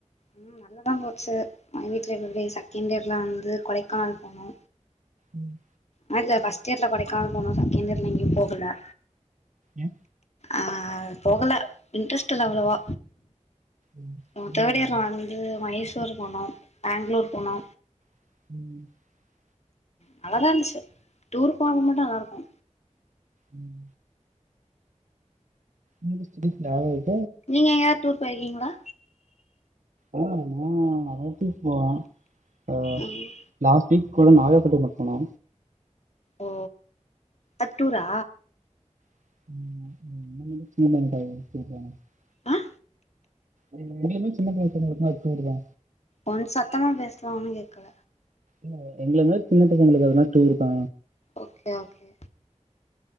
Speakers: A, on the left; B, on the right.
A: உம் நல்லதா போச்சு <unintelligible> செகண்ட் இயர் நா வந்து கொடைக்கானல் போனோ
B: ம்
A: ஆ இல்ல ஃபஸ்ட் இயர்ல கொடைக்கானால் போனோ செகண்ட் இயர்ல எங்கயு போகல
B: எ
A: ஆஹ் போகல இன்ட்ரெஸ்ட் இல்ல அவ்வளவா
B: ம்
A: அ
B: புரியலைங்க
A: தேர்ட் இயர்ல வந்து மஹேஷ் டூர் போனோ பேங்க்ளூர் போனோ
B: <inaudible>
A: நல்லாதா இருந்துச்சு டூரு போனப்ப மட்டு நல்லா இருக்கு
B: ம் நீங்க ஸ்டடீஸ்ல <unintelligible>
A: நீங்க எங்காயாவது டூர் போயிருகீங்களா
B: ஆஹ் நா நெறைய எடத்துக்கு போவ அஹ்
A: ம்
B: லாஸ் டிப்கு நாகப்பட்டினம் போனே
A: ஓ அட்டூரா
B: <unintelligible>
A: ஆ
B: <unintelligible> சின்ன பசங்களுக்கு அது டூர்தா
A: ஒரு சத்தமா பேசலா ஒண்ணு கேக்கல
B: இல்ல எங்கள மாரி சின்ன பசங்களுக்கு அதுனா டூர் தா
A: ஓகே ஓகே